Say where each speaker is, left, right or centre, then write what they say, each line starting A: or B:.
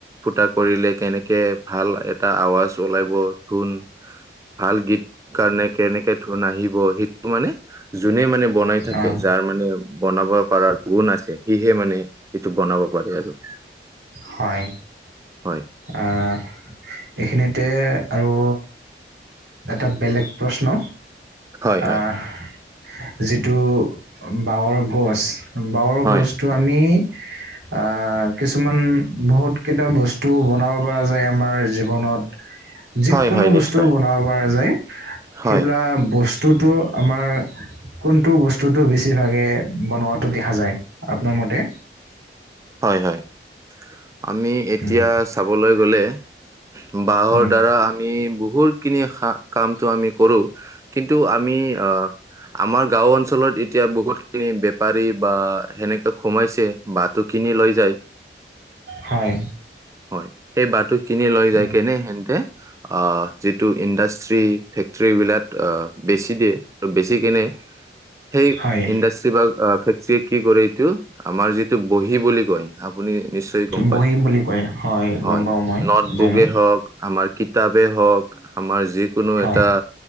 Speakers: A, on the right; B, on the right.
A: ফুটা কৰিলে কেনেকে ভাল এটা আৱাজ ওলাব, ধোন ভাল গীত কাৰণে কেনেকে ধোন আহিব সেইটো মানে যোনে মানে বনাই থাকে
B: অ
A: যাৰ মানে বনাব পাৰা গুণ আছে, সিহে মানে এইটো বনাব পাৰে আৰু
B: হয়।
A: হয়
B: আহ, এইখিনিতে আৰু এটা বেলেগ প্ৰশ্ন
A: হয় হয়
B: আহ, যিটো বাহঁৰ গছ বাঁহৰ
A: হয়
B: গছটো আনি আহ কিছু কিছুমান বহুত কেইটা বস্তু বনাব পৰা যায় আমাৰ জীৱনত। যিকোনো
A: হয় হয়
B: বস্তু
A: নিশ্চয়
B: বনাব পৰা যায়
A: হয়
B: সেইবিলাক বস্তুটো আমাৰ কোনটো বস্তুটো বেছিভাগে বনোৱাটো দেখা যায় আপোনাৰ মতে?
A: হয়-হয় আমি এতিয়া
B: উম
A: চাবলৈ গ'লে বাঁহৰ
B: উম
A: দ্বাৰা আমি বহুতখিনি কামটো আমি কৰো। কিন্তু আমি আমাৰ গাঁও অঞ্চলত এতিয়া বহুত খিনি বেপাৰী বা সেনেকে সোমাইছে বাট টো কিনি লৈ যায়।
B: হয়।
A: হয়, সেই বাট কিনি লৈ যায়
B: উম
A: কেনে হেনতে অ' যিটো ইণ্ডাষ্ট্ৰি ফেক্টৰিবিলাক অ' বেছি দিয়ে। বেছি কিনে সেই
B: হয়
A: ইণ্ডাষ্ট্ৰি বা ফেক্ট্ৰীয়ে কি কৰে এইটো আমাৰ যিটো বহী বুলি কয় আপুনি নিশ্চয় গম
B: বহী
A: পায়।
B: বুলি কয় গম
A: হয়
B: পাওঁ মই
A: নট
B: জানো
A: বুকে হওঁক আমাৰ কিতাপেই হওঁক আমাৰ যিকোনো
B: হয়
A: এটা